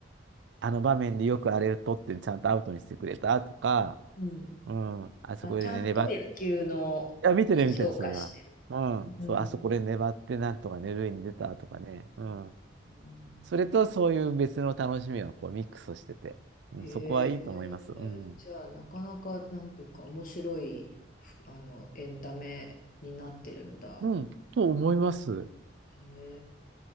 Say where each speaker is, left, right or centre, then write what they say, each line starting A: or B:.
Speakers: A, on the right; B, on the left.
A: あの場面でよくあれを取ってちゃんとアウトにしてくれたとか、
B: うん。
A: うん。あそこでね、
B: あ、ちゃんと野球の
A: 粘って、いや、見てる見てる、
B: 評価してる。
A: それは。うん。
B: うん。
A: そう、あそこで粘ってなんとかね、塁に出たとかね。うん。
B: うんうん
A: それとそういう別の楽しみがこうミックスしてて、うん、
B: へえ。
A: そこはいいと思います。うん。
B: じゃあ、なかなか、なんていうか、面白い、ふあの、エンタメになってるんだ。
A: うん、と思います。
B: へ